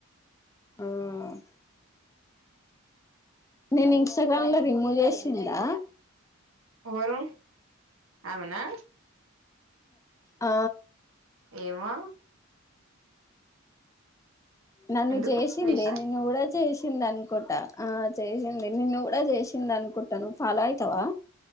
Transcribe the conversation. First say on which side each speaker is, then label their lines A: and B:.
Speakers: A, on the left (about 15°); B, on the right (about 75°).
A: ఆమ్ నేను ఇన్స్టాగ్రామ్ లో రిమూవ్ చేసిందా
B: వ్వరూ ఆవునా
A: ఆ
B: ఏమో
A: నన్ను
B: ఎందుకు
A: చేసిందే
B: లేషా
A: నిను కూడా చేసిందే అన్ అనుకుంటా ఆ చేసింది నిన్ను కూడా చేసింది అనుకుంటా నువ్ ఫాలో అవుతావా